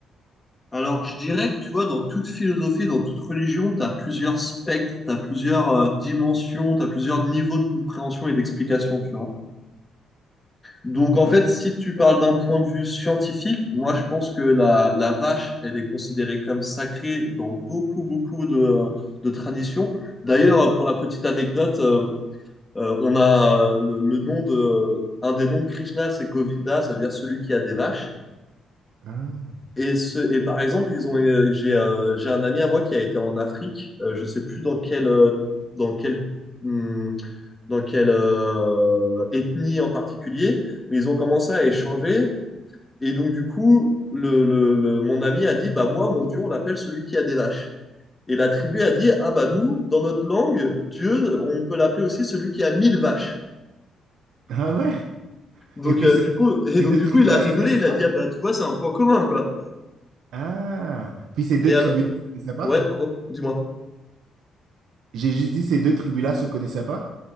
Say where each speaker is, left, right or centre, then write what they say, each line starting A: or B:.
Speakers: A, on the left; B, on the right.
A: Alors, je dirais que tu vois, dans toute philosophie, dans toute religion, tu as plusieurs spectres, tu as plusieurs euh, dimensions, tu as plusieurs niveaux de compréhension et d'explication, tu vois. Donc, en
B: Ouais.
A: fait, si tu parles d'un point de vue scientifique, moi, je pense que la, la vache, elle est considérée comme sacrée dans beaucoup, beaucoup de, de traditions. D'ailleurs, pour la petite anecdote, euh, euh, on a euh, le, le nom de, un des noms de Krishna, c'est Govinda, ça veut dire celui qui a des vaches.
B: Ah.
A: Et, ce, et par exemple, ils ont, euh, j'ai euh, j'ai un ami à moi qui a été en Afrique. Euh, je sais plus dans quelle, euh, dans quelle, hum, dans quelle euh, ethnie en particulier, mais ils ont commencé à échanger. Et donc, du coup, le, le- le- mon ami a dit, bah moi, mon Dieu, on l'appelle celui qui a des vaches. Et la tribu a dit, ah bah nous, dans notre langue, Dieu, on peut l'appeler aussi celui qui a mille vaches.
B: Ah ouais?
A: Donc,
B: Et puis
A: euh,
B: ces,
A: du coup, et
B: ces
A: donc,
B: deux
A: du
B: tribus-là
A: coup, il a rigolé,
B: se connaissaient
A: il
B: pas?
A: a dit, ah bah tu vois, c'est un point commun, quoi.
B: Ah, puis ces deux
A: Et alors,
B: tribus-là se connaissaient pas?
A: ouais, pardon, dis-moi.
B: J'ai juste dit ces deux tribus-là se connaissaient pas?